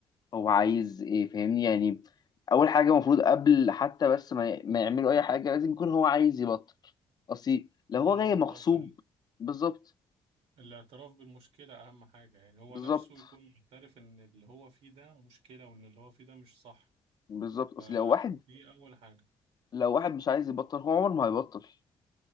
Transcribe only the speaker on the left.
هو عايز ايه فاهمني يعني اول حاجة المفروض قبل حتى بس ما ي- ما يعملوا اي حاجة لازم يكون هو عايز يبطل اصل لو هو
جاي مغصوب
بالظبط
بالظبط
بالظبط اصل
لو واحد
لو واحد مش عايز يبطل هو عمره ما هيبطل